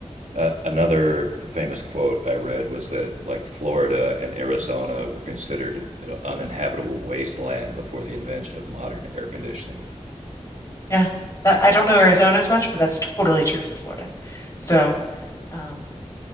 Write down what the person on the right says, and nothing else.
Uh, another famous quote I read was that like Florida and Arizona were considered you know, uninhabitable wasteland before the invention of modern air conditioning.